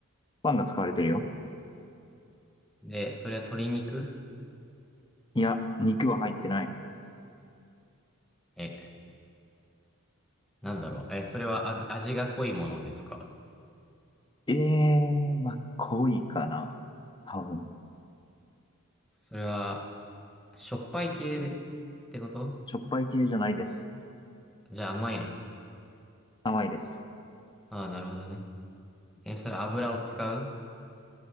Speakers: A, on the left (about 20°); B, in the centre.
A: パンが使われてるよ。
B: で、それは鶏肉
A: いや、肉は入ってない。
B: え、なんだろう。え、それは味、味が濃いものですか
A: ええー、まあ、濃いかな。多分。
B: それは、しょっぱい系でってこと
A: しょっぱい系じゃないです。
B: じゃあ甘いの
A: 甘いです。
B: ああー、なるほどね。え、それ油を使う